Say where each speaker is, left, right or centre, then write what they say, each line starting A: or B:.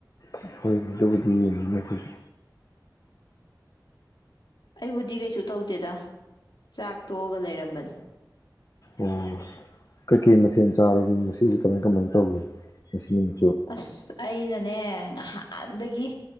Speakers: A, on the left (about 50°); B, on the left (about 80°).
A: ꯍꯈꯣꯏꯇꯕꯨꯗꯤ ꯌꯦꯡꯅꯤꯡꯅꯤ ꯑꯩꯈꯣꯏꯁꯨ
B: ꯑꯩꯕꯨꯗꯤ ꯀꯩꯁꯨ ꯇꯧꯗꯦꯗ ꯆꯥꯛ ꯇꯣꯛꯑꯒ ꯂꯩꯔꯝꯕꯅꯤ
A: ꯑꯣ ꯀꯩꯀꯩ ꯃꯊꯦꯜ ꯆꯥꯔꯒꯦ ꯉꯁꯤꯁ ꯀꯃꯥꯏ ꯀꯃꯥꯏꯅ ꯇꯧꯒꯦ ꯉꯁꯤ ꯅꯨꯃꯤ
B: ꯑꯁ ꯑꯩꯅꯅꯦ ꯉꯥꯏꯍꯥꯛ ꯅꯍꯟꯗꯒꯤ